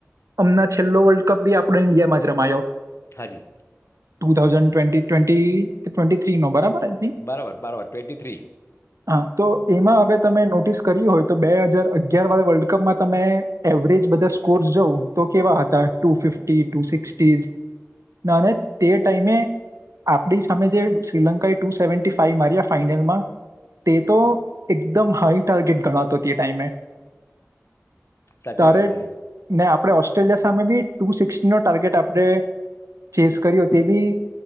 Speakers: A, on the right; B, on the left.
A: હમના છેલ્લો વર્લ્ડ કપ બી આપણો ઈન્ડિયામાં જ રમાયો.
B: હાજી.
A: ટુ થાઉઝન્ડ ટ્વેન્ટી ટ્વેન્ટી તો ટ્વેન્ટી થ્રી માં બરાબર હાજી
B: બરાબર બરાબર ટ્વેન્ટી થ્રી
A: હા તો એમાં હવે તમે નોટીસ કર્યું હોય તો બે હજાર અગયાર વાળા વર્લ્ડ કપમાં તમે એવરેજ બધા સ્કોર્સ જોવો તો કેવા હતા ટુ ફિફફી, ટુ સિક્સટીઝ ના અને તે ટાઈમે આપણી સામે જે શ્રીલંકાએ ટુ સેવન્ટી ફાઈવ માર્યા ફાઈનલમાં તે તો એકદમ હાઈ ટાર્ગેટ ગણાતો તે ટાઇમે
B: સાચી
A: ત્યારે
B: વાત છે
A: ને આપણે ઓસ્ટ્રેલિયા સા સામે બી ટુ સીક્સ નો ટાર્ગેટ આપણે ચેસ કર્યો તે બી